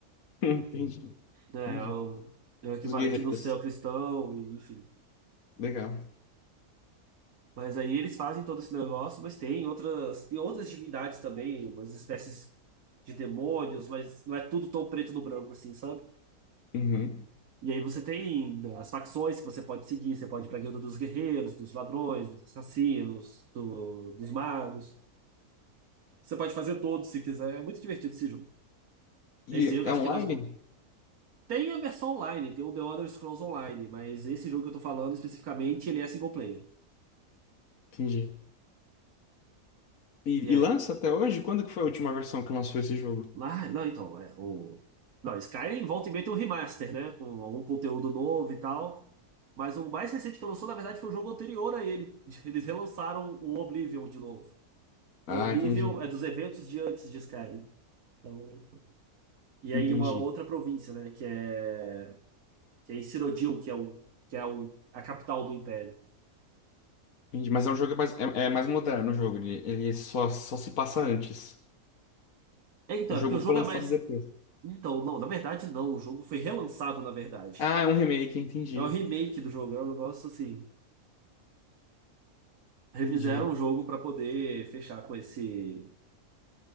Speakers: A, on the left (about 65°); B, on the right (about 75°).
A: <laughs> Entendi.
B: É,
A: Entendi.
B: é o, é o equivalente
A: Dos guerreiros.
B: do céu cristão, e, enfim.
A: Legal.
B: Mas aí eles fazem todo esse negócio, mas tem outras, tem outras divindades também, umas espécies de demônios, mas não é tudo tão preto no branco assim, sabe?
A: Uhum.
B: E aí você tem as facções que você pode seguir, você pode ir pra guilda dos guerreiros, dos ladrões, dos assassinos, do- dos magos. Você pode fazer todos se quiser. É muito divertido esse jogo.
A: E
B: Esse aí eu gastei
A: é online?
B: umas. bo- Tem a versão online, tem o The Elder Scrolls Online, mas esse jogo que eu tô falando especificamente, ele é single player.
A: Entendi. E,
B: E é.
A: e lança até hoje? Quando que foi a última versão que lançou esse jogo?
B: Ah, não, então, é o. Não, Skyrim volta e meia tem um remaster, né? Com algum conteúdo novo e tal. Mas o mais recente que lançou, na verdade, foi o jogo anterior a ele. <laughs> Eles relançaram o Oblivion de novo. O
A: Ah,
B: Oblivion
A: entendi.
B: é dos eventos de antes de Skyrim. Então, e
A: Entendi.
B: aí uma outra província, né? Que é que é em Cyrodiil, que é o, que é o, a capital do Império.
A: Entendi. Mas é um jogo mais, é, é mais moderno o jogo. Ele, ele só, só se passa antes.
B: É, então,
A: O jogo
B: é porque o
A: foi
B: jogo
A: lançado
B: é mais.
A: depois.
B: Então, não, na verdade não, o jogo foi relançado, na verdade.
A: Ah, é um remake, entendi.
B: É um remake do jogo, é um negócio assim. Refizeram
A: Entendi.
B: o jogo pra poder fechar com esse.